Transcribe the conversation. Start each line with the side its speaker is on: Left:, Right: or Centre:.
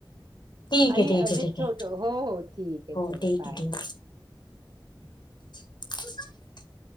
Left: ठीक
Right: आणि
Left: आहे ठीक
Right: अजित
Left: आहे ठीक
Right: छोट
Left: आहे
Right: हो हो ठीक आहे
Left: हो
Right: चला
Left: ठीक
Right: बाय.
Left: आहे ठीक आहे
Right: <inaudible>
Left: त <unintelligible>